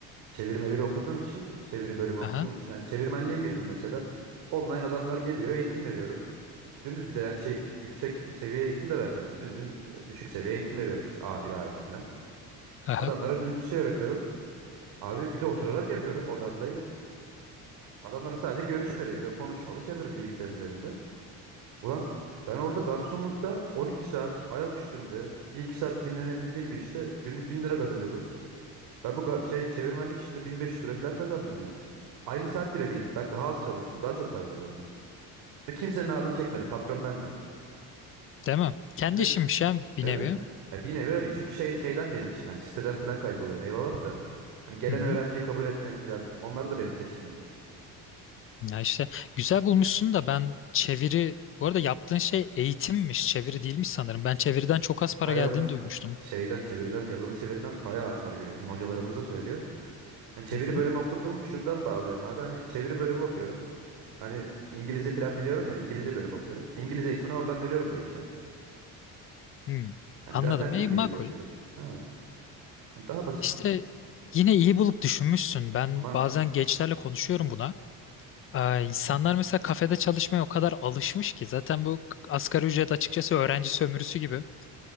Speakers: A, on the right; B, on the left.
A: çeviri meviri okuduğum için, çeviri bölümü okuduğum
B: Aha.
A: için yani çevirmenliğe girdim mesela. Online adamlar geliyor, eğitim veriyorum. Dümdüz bir de yani şey yüksek seviye eğitim de vermiyorum. Dümdüz e, düşük seviye eğitim veriyorum işte a bir a iki falan.
B: Aha.
A: Adamlara dümdüz şey öğretiyorum. Abi bir de oturarak yapıyorum odamdayım. Adamlarla sadece görüşmeli ve konuşmalı şey yapıyoruz bilgisayar üzerinden. Ulan ben orada garsonlukta 12 saat ayak üstünde bir iki saat dinlenebildiğim bir işte günlük 1000 lira kazanıyordum. Ben bu ga- şey çevirmenlik işinde 1500 lira falan kazandım yani. Aynı saat bile değildi. Ben daha az çalıştım, daha çok para kazandım. Ve kimsenin ağzını çekmedim. Patron bendim.
B: Değil mi? Kendi
A: Evet,
B: işimmiş ya bir
A: evet.
B: nevi.
A: Ya bir nevi öyle. Çünkü şey, şeyden benim işim yani siteden falan kaydoluyorum eyvallah da. Hani gelen
B: Hı hı.
A: öğrenciyi kabul etmek falan onlar da benim seçimim.
B: Ya işte güzel bulmuşsun da ben çeviri bu arada yaptığın şey eğitimmiş, çeviri değilmiş sanırım. Ben çeviriden çok az para
A: Ha
B: geldiğini
A: yok
B: duymuştum.
A: şeyden çeviriden yazılı çeviriden bayağı az para geliyor. Bizim hocalarımız da söylüyor. Hani çeviri
B: Hı hı.
A: bölümü okudum şuradan bağlıyorum abi. Hani çeviri bölümü okuyorum. Hani İngilizce falan biliyorum ya İngilizce bölümü okuyorum. İngilizce eğitimini oradan veriyorum diye şey yaptım.
B: Hı.
A: Hani
B: Anladım.
A: zaten İngilizce
B: E, makul.
A: yapıyorum. Ha, hani daha basit.
B: İşte yine iyi bulup düşünmüşsün. Ben
A: Ama
B: bazen gençlerle konuşuyorum buna. Ee, insanlar mesela kafede çalışmaya o kadar alışmış ki zaten bu asgari ücret açıkçası öğrenci sömürüsü gibi.